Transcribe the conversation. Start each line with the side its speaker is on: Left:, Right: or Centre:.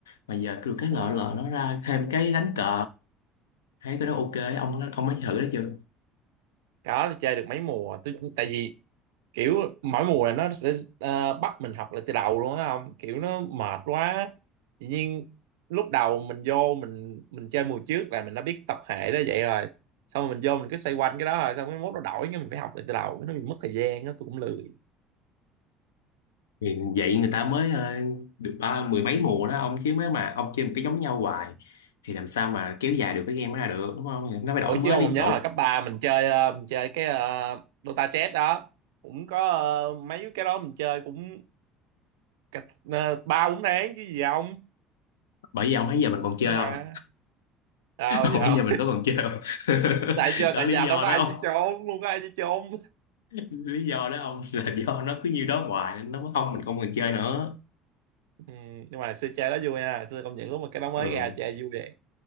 Left: mà giờ cứ cái
Right: đúng
Left: lợ
Right: rồi
Left: lợ nó ra thêm cái đánh cờ thấy cái đó ok ông ông mới thử đó chưa
Right: đó tôi chơi được mấy mùa tôi tại vì kiểu mỗi mùa là nó sẽ ờ, bắt mình học lại từ đầu luôn á không kiểu nó mệt quá tự nhiên lúc đầu mình vô mình mình chơi mùa trước là mình đã biết tập hệ đó vậy rồi xong rồi mình vô mình cứ xoay quanh cái đó rồi xong cái mốt nó đổi cái mình phải học lại từ đầu nó bị mất thời gian đó tôi cũng lười
Left: thì vậy người ta mới ờ, được ba mười mấy mùa đó ông chứ mới mà ông chơi một cái giống nhau hoài thì làm sao mà kéo dài được cái game đó ra được đúng không Thì nó phải đổi
Right: ủa
Left: mới
Right: chứ ông
Left: liên
Right: còn nhớ
Left: tục
Right: hồi cấp 3 mình chơi ờ, mình chơi cái ờ, Dota Chess đó cũng có ờ, mấy cái đó mình chơi cũng cách ờ, ba bốn tháng chứ gì không
Left: bởi vì ông thấy giờ mình
Right: Vẫn
Left: còn chơi
Right: chơi mà
Left: không
Right: sao
Left: <laughs>
Right: giờ
Left: ông thấy giờ mình có còn chơi không <laughs>
Right: <laughs> tại giờ
Left: đó
Right: tại
Left: lý
Right: giờ
Left: do
Right: đâu có
Left: đó
Right: ai
Left: ông
Right: chơi trốn không có ai chơi trốn
Left: lý do đó ông <laughs> là do nó cứ như đó hoài nên nó mới không mình không còn chơi nữa
Right: Ừ, nhưng mà xưa chơi đó vui nha xưa công nhận lúc mà cái đó mới
Left: ừ
Right: ra chơi vui vậy